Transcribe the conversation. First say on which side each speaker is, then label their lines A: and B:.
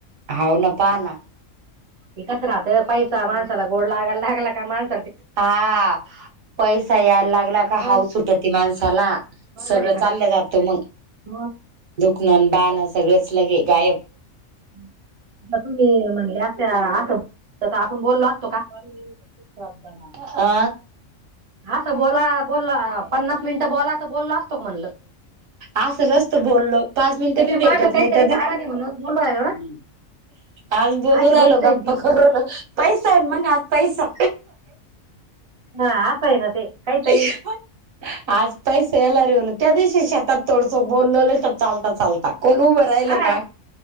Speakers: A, on the right; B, on the right.
A: होऊ न पा ताना
B: ते कसं राहतं पैसा माणसाला गोड लागायाला लागला का माणस
A: हाआ पैसा यायला लागलाका
B: मग
A: हाऊ सुटती माणसाला.
B: बरोबर
A: सगळं
B: आहे का
A: चाललं
B: नाही
A: जात मग
B: मग
A: दुखणं बहान सगळंच लगे गायब.
B: हम्. त तुम्ही म्हणले असत्या तर असं आपण बोललो असतो का? सथं मा
A: अ हा
B: असं बोला बोलला पन्नास मिनिटं बोला तर बोलला असतो की म्हटलं
A: असच असत बोललो पाच मनिटे
B: त्याच्या
A: भी
B: मागं
A: भेटत
B: काहीतरी
A: नाहीत बी
B: कारण आहे म्हणून बोलून राहिलो ना
A: आज बोलू
B: अशी
A: राहिलो
B: गोष्ट आहे
A: गप्प
B: ती
A: करून पैसा आहे मग आज पैसा
B: हा असं आहे ना ते. काहीतरी
A: <unintelligible> आजपैसा येलार आहे बोले त्या दिवशी शेतात तोडसो बोलल तर चालता चालता कोण उभं राहिलं.
B: हा.
A: का